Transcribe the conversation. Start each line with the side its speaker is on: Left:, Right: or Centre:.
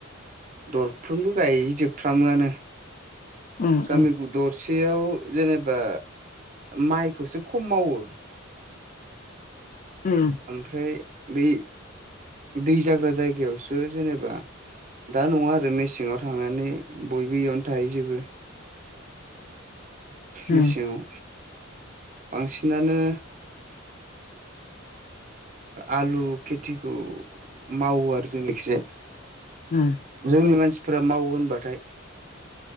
Right: दरफ्रोमबो गायजोबफ्रामोआनो
Left: उम
Right: गामि
Left: उम
Right: दरसेयाव जेनेबा माइखौसो खम मावो
Left: उम
Right: ओमफ्राय बै दै जाग्रा जायगायावसो जेनेबा दा नङा आरो मेसें आव थांनानै बयबो इयावनो थाहैजोेबो
Left: उम
Right: मेसेङाव बांसिनानो आलु खेथिखौ मावो आरो जोंनिखिजाय
Left: उम
Right: जोंनि मानसिफोरा मावो होनबाथाय